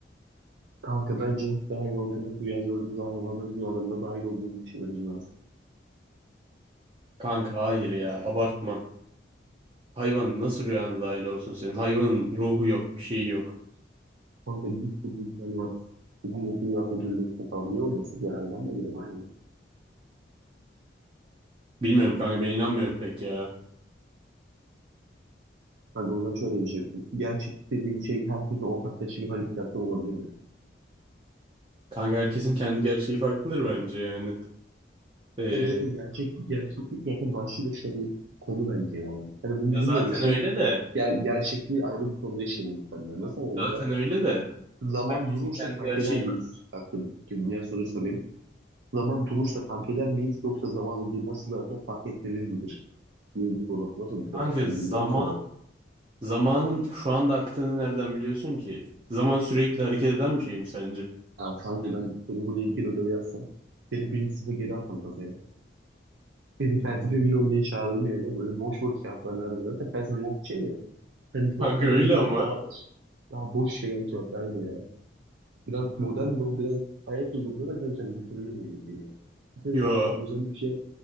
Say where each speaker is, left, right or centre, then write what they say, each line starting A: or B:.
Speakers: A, on the right; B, on the right.
A: Kanka bence ben hayvanların rüya gördüğü ve hayvanların rüyalarına dahil olduğunu düşünüyorum ya.
B: Kanka hayır ya abartma. Hayvan nasıl rüyana dahil olsun senin? Hayvanın ruhu yok bir şeyi yok.
A: Kanka büyük bir ihtimal var. Milleti bir hafta görülmesi falan. Niye olmasın? Genel anlamda girebilir. Yani.
B: Bilmiyorum kanka ben inanmıyorum pek ya.
A: Kanka o zaman şöyle bir şey yapayım. Gerçek dediğim şey herkesin ortaklaşa bir halüsinasyon olabilir mi?
B: Kanka herkesin kendi gerçeği farklıdır bence yani. Ee,
A: Yani zaten gerçek, gerçeklik zaten başlı başına bir konu bence yani. Hani bunu,
B: ya zaten
A: bunu da geçeyim.
B: öyle de.
A: Ger gerçekliği ayrı bir soruda işleyelim seninle. Nasıl olacak?
B: Zaten öyle de.
A: Zaman
B: Herkesin
A: durursa
B: kendi
A: fark
B: gerçeği
A: eder miyiz?
B: var.
A: Aklım. Şimdi diğer soruyu sorayım. Zaman durursa fark eder miyiz? Yoksa zamanla durması zaten fark etmemiz midir? Diye bir soru. Nasıl bir
B: Kanka
A: soru? Sen
B: zaman,
A: de güzel bir soru
B: zamanın şu anda aktığını nereden biliyorsun ki? Zaman sürekli hareket eden bir şey mi sence?
A: Ha, kanka ben böyle bu ilgili ödevi yapsam beni bir sıfır geri atarlardı ya. Beni felsefe milyon diye çağırdım yani. Böyle boş boş cevaplar vermiyor. Zaten felsefe boş bir şey de. Sen
B: <laughs>
A: da-
B: Kanka
A: uzun,
B: öyle ama.
A: daha, daha boş şeyler cevap verme ya. Biraz modern de ol, biraz hayat uydurma da kanka sen götürüyor böyle bir ya. Senin
B: Yo.
A: kanka özel bir şey.